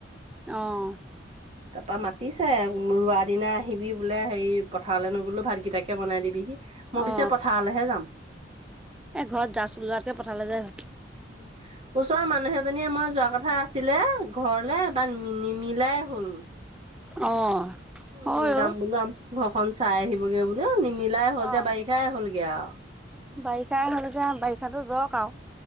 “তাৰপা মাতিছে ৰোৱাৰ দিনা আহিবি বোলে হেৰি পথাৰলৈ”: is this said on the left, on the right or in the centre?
Right